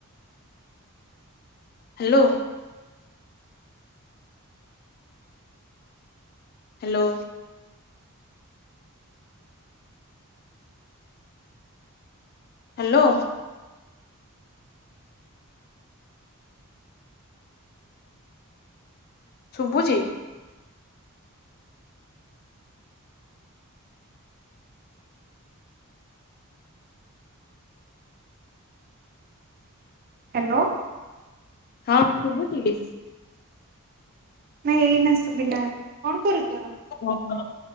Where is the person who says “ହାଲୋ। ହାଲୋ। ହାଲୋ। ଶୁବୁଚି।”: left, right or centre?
Left